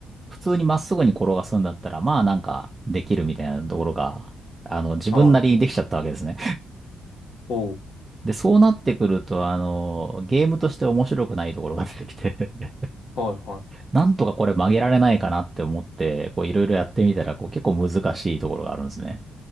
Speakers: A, on the right; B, on the left.
A: 普通にまっすぐに転がすんだったら、まあなんかできるみたいなところが、あの、自分なりにできちゃったわけですね。
B: はい。おう、
A: で、そうなってくると、あの、ゲームとして面白くないところが出てきて <laughs>
B: はいは
A: なんとかこれ曲げられないかなって思って、こういろいろやってみたら、こう結構難しいところがあるんですね。